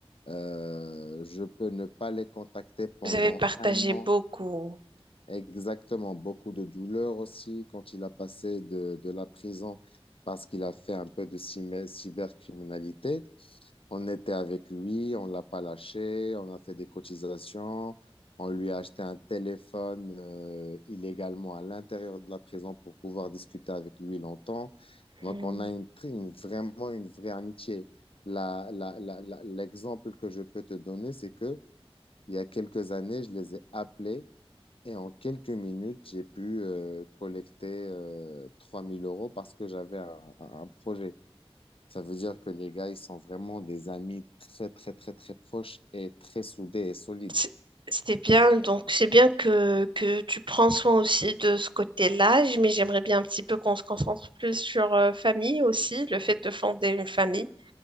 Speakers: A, on the left; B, on the right.
A: Euh, je peux ne pas les contacter pendant
B: vous avez partagé
A: un an.
B: beaucoup.
A: Exactement. Beaucoup de douleur aussi quand il a passé de, de la prison parce qu'il a fait un peu de cyber- cybercriminalité. On était avec lui, on l'a pas lâché, on a fait des cotisations, on lui a acheté un téléphone euh, illégalement à l'intérieur de la prison pour pouvoir discuter avec lui longtemps. Donc,
B: Mhm.
A: on a une, tr- une- vraiment une vraie amitié. La- la- la- la- l'exemple que je peux te donner, c'est que il y a quelques années, je les ai appelés et en quelques minutes, j'ai pu euh, collecter euh, 3000 euros parce que j'avais un un- un projet. Ça veut dire que les gars, ils sont vraiment des amis très, très, très, très proches et très soudés et solides.
B: C'est c'est bien, donc c'est bien que, que tu prends soin aussi de ce côté-là, j- mais j'aimerais bien un petit peu qu'on se concentre plus sur euh, famille aussi, le fait de fonder une famille.